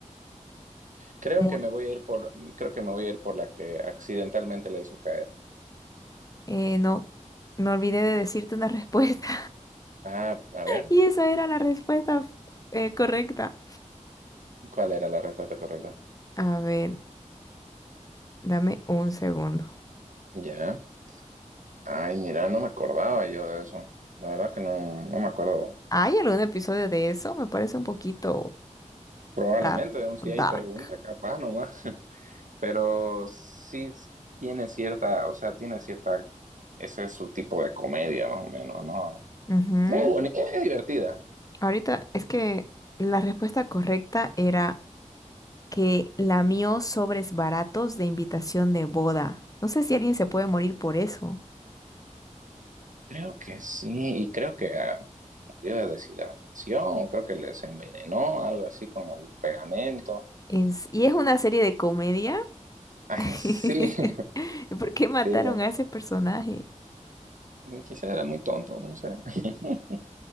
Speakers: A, on the right (about 75°); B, on the left (about 25°).
A: Creo
B: Murió.
A: que me voy a ir por, creo que me voy a ir por la que accidentalmente la hizo caer.
B: Eh, no, me olvidé de decirte una <laughs> respuesta.
A: Ah, a ver,
B: Y esa era la respuesta eh, correcta.
A: ¿cuál era la respuesta correcta?
B: A ver, dame un segundo.
A: Ya. Ay, mira, no me acordaba yo de eso. La verdad que no, no me acuerdo.
B: ¿Hay algún episodio de eso? Me parece un poquito
A: Probablemente,
B: dark.
A: aún si
B: Dark.
A: hay pregunta, capaz nomás. <laughs> Pero sí tiene cierta, o sea, tiene cierta, ese es su tipo de comedia más o menos, ¿no?
B: Ujú.
A: Es bonita, es divertida.
B: Ahorita es que la respuesta correcta era que lamió sobres baratos de invitación de boda. No sé si alguien se puede morir por eso.
A: Creo que sí, y creo que ah, sufrió de deshidratación, creo que les envenenó, algo así con el pegamento.
B: En s- y es una serie de comedia.
A: Ay,
B: <laughs>
A: sí, <laughs> sí,
B: ¿Por qué mataron
A: la-
B: a ese personaje?
A: quizás era muy tonto, no sé. <laughs>